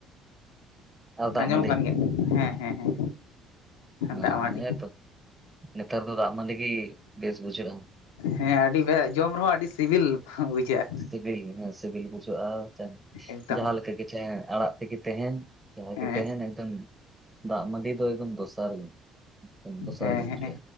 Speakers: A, on the right; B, on the left.
A: ᱟᱨ ᱫᱟᱜ
B: ᱟᱸᱡᱚᱢᱚᱜ
A: ᱢᱟᱹᱰᱤ
B: ᱠᱟᱱ ᱜᱮᱭᱟ ᱦᱮᱸ ᱦᱮᱸ ᱦᱮᱸ,
A: ᱦᱮᱸ
B: ᱫᱟᱜ ᱢᱟᱹᱰᱤ
A: ᱦᱮᱸᱛᱚ ᱱᱮᱛᱟᱨ ᱫᱚ ᱫᱟᱜ ᱢᱟᱹᱰᱤ ᱜᱮ ᱵᱮᱥ ᱵᱩᱡᱷᱟᱹᱜᱼᱟ᱾
B: ᱦᱮᱸ ᱟᱹᱰᱤ ᱵᱮ ᱡᱚᱢ ᱨᱮᱦᱚᱸ ᱟᱹᱰᱤ ᱥᱤᱵᱤᱞ ᱵᱩᱡᱷᱟᱹᱜᱼᱟ᱾
A: ᱥᱤᱵᱤᱞ ᱦᱮᱸ ᱥᱤᱵᱤᱞ ᱵᱩᱡᱷᱟᱹᱜᱼᱟ
B: ᱮᱠᱫᱚᱢ
A: ᱡᱟᱦᱟᱸᱮ ᱞᱮᱠᱟ ᱜᱮᱤᱪᱷ ᱟᱲᱟᱜ ᱛᱮᱜᱮ ᱛᱟᱦᱮᱱ᱾ ᱡᱟᱦᱟᱸ
B: ᱦᱮᱸ
A: ᱜᱮ ᱛᱟᱦᱮᱱ ᱮᱠᱫᱚᱢ ᱫᱟᱜ ᱢᱟᱹᱰᱤ ᱫᱚ ᱮᱠᱫᱚᱢ ᱫᱚᱥᱟᱨ ᱜᱮᱼᱼ ᱫᱚᱥᱨᱟ
B: ᱦᱮᱸ
A: ᱜᱮ ᱦᱪᱭᱟ
B: ᱦᱮᱸ